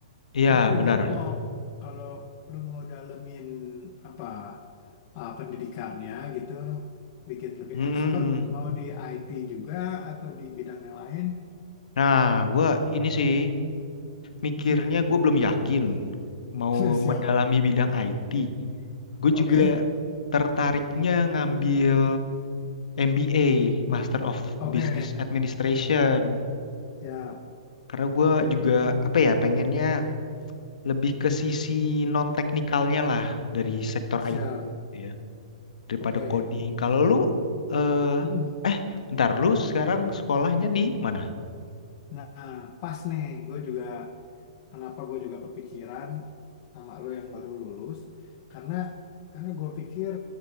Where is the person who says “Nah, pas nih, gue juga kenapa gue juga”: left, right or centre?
Left